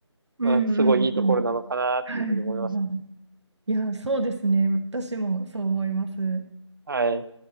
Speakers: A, on the right (about 70°); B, on the right (about 45°).
A: うんうんうん。
B: まあ、すごいいいところなのかなっていうふうに思いますね。
A: はいはいはい。いや、そうですね。私もそう思います。
B: はい。